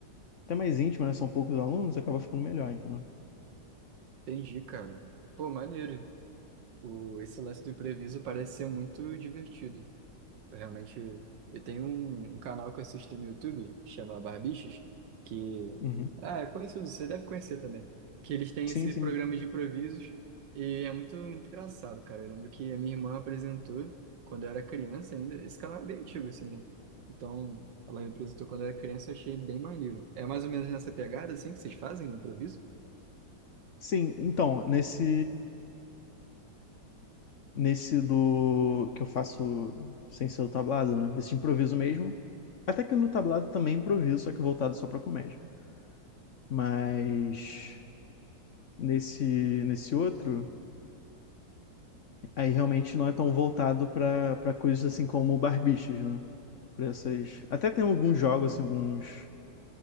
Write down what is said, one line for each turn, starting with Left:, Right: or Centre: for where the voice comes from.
Left: até mais íntimo, né? São poucos alunos, acaba ficando melhor, entendeu?
Right: entendi, cara. Pô, maneiro. O, esse lance do impreviso parece ser muito divertido. Realmente, eu tenho um, um canal que eu assisto no YouTube, chama Barbichos, que
Left: Uhum.
Right: ah, é conhecido, você deve conhecer também. Que eles têm
Left: Sim,
Right: esse
Left: sim.
Right: programa de improvisos e é muito, muito engraçado, cara. Eu lembro que a minha irmã apresentou quando eu era criança ainda. Esse canal é bem antigo, assim, né? Então, ela me apresentou quando eu era criança, eu achei bem maneiro. É mais ou menos nessa pegada, assim, que vocês fazem o improviso?
Left: Sim, então, nesse nesse do que eu faço sem ser o tablado, né? Esse improviso mesmo. Até que no tablado também improviso, só que voltado só pra comédia. Mas nesse nesse outro, aí realmente não é tão voltado pra para coisas assim como barbichas, né? Pra essas, até tem alguns jogos assim, alguns